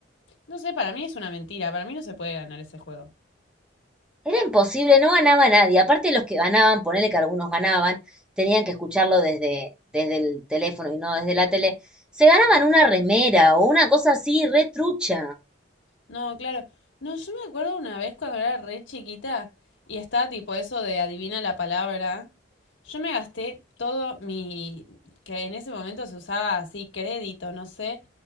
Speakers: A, on the left (about 80°); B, in the centre.
A: No sé, para mí es una mentira, para mí no se puede ganar ese juego.
B: Era imposible, no ganaba nadie. Aparte los que ganaban, ponele que algunos ganaban, tenían que escucharlo desde, desde el teléfono y no desde la tele. Se ganaban una remera o una cosa así, re trucha.
A: No, claro. No, yo me acuerdo una vez cuando era re chiquita y estaba tipo eso de adivina la palabra. Yo me gasté todo mi, que en ese momento se usaba así crédito, no sé,